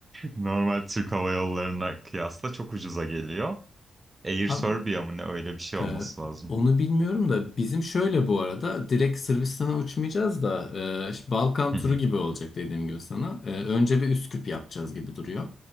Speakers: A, on the right; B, on the left.
A: Normal Türk hava yollarına kıyasla çok ucuza geliyor. Air
B: Abi,
A: Serbia mı ne öyle bir şey
B: Ee,
A: olması lazım.
B: onu bilmiyorum da bizim şöyle bu arada direkt Sırbistan'a uçmayacağız da e, işte Balkan
A: Hı
B: turu
A: hı.
B: gibi olacak dediğim gibi sana. E, önce bir Üsküp yapacağız gibi duruyor.